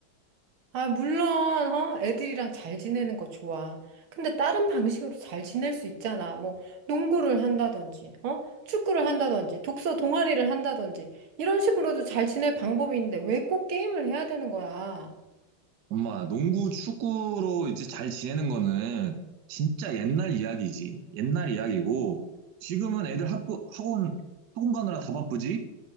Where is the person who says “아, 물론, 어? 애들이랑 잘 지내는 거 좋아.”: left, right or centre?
Right